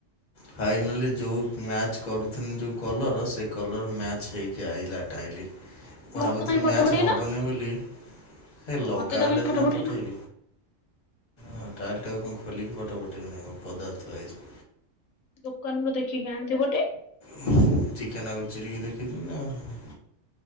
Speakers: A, on the left (about 35°); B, on the left (about 80°).
A: ଫାଇନାଲି ଯୋଉ ମ୍ୟାଚ୍ କରୁଥିଲି ଯୋଉ କଲର୍ ସେଇ କଲର୍ ମ୍ୟାଚ୍ ଚ୍ ହେଇକି ଆଇଲା ଟାଇଲି ମୁଁ
B: ମତେ
A: ଭାବୁଥିଲି
B: କାଇଁ ଫଟୋ
A: ମ୍ୟାଚ
B: ପଠେଇନ
A: ହବନି ବୋଲି ହେ ଲଗା
B: ମତେ ତ
A: ହେଲେ
B: କାଇଁ ଫଟୋ
A: ସିନା
B: ପଠେଇନ
A: ପଠେଇବି। ହଁ ଟାଇଲଟାକୁ କଣ ଖୋଲିକି ଫଟୋ ପଠେଇବି ନାଇଁ ପଦାରେ ଥୁଆ ହେଇଚି।
B: ଦୋକାନରୁ ଦେଖିକି ଆଣିଥିବ ଟି?
A: ହୁଁ ଟିକେ ନାଗୁ ଚିରିକି ଦେଖିଚି ନା ଆଉ।